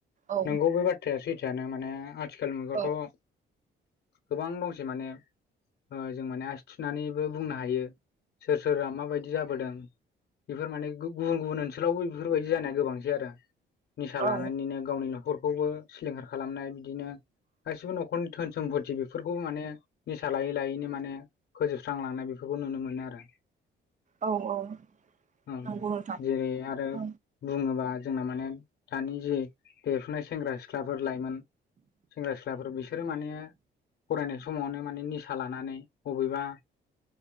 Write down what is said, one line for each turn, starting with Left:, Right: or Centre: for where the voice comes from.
Right: औ
Left: नोंगौ बे बाथ्राया सैथआनो माने आथिखाल मुगायावथ'
Right: औ
Left: गोबां दंसै माने जों माने आसि थुनानै बुंनो हायो सोर सोरा माबायदि जाबोदों। बेफोर माने गुबुन गुबुन ओनसोलावबो बेफोरबायदि जानाया गोबांसै आरो निसा लानानैनिनो
Right: औ
Left: गावनि न'खरखौबो सिलिंखार खालामनाय बिदिनो, गासिबो न'खरनि धोन सम्फति बेफोरखौ खौबो माने निसा लायै लायैनो माने फोजोबस्रांलांनाय बेफोरखौ नुनो मोनो आरो।
Right: औ औ
Left: ओं
Right: नंगौ नोंथां
Left: जेरै आरो
Right: औ
Left: बुङोबा जोंना माने दानि जे देरफुनाय सेंग्रा-सिख्लाफोर लाइमोन सेंग्रा-सिख्लाफोर बिसोरो माने फरायनाय समावनो माने निसा लानानै बबेबा